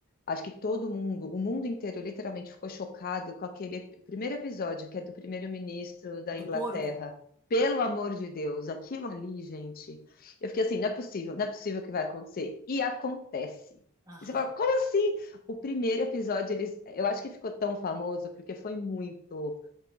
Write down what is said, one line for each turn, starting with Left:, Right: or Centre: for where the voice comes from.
Left: acho que todo mundo, o mundo inteiro, literalmente ficou chocado com aquele ep- primeiro episódio, que é do primeiro-ministro da
Right: O Do
Left: Inglaterra.
Right: porco?
Left: Pelo amor de Deus, aquilo ali, gente. Eu fiquei assim, não é possível, não é possível que vai acontecer. E acontece.
Right: Aham.
Left: E você fala, como assim? O primeiro episódio, eles, eu acho que ficou tão famoso porque foi muito